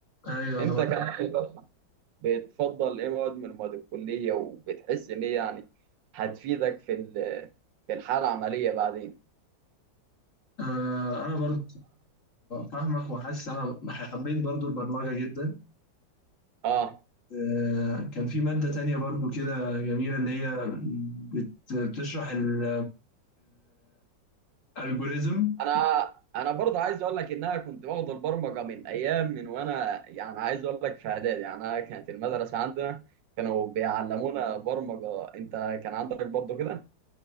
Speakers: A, on the left; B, on the right.
A: ايوه
B: انت
A: انا معاك.
B: كمان بتفضل ايه مواد من مواد الكلية وبتحس ان هي يعني هتفيدك في ال- في الحالة العملية بعدين
A: آه انا برضو فاهمك وحاسس انا حبيت برضو البرمجه جدا
B: اه
A: آه كان في ماده تانية برضو كده جميله اللي هي بت- بتشرح ال الالجوريزم
B: انا انا برضه عايز اقول لك ان انا كنت باخد البرمجة من ايام من وانا يعني عايز اقول لك في اعدادي يعني انا كانت المدرسة عندنا كانوا بيعلمونا برمجة انت كان عندك برضه كده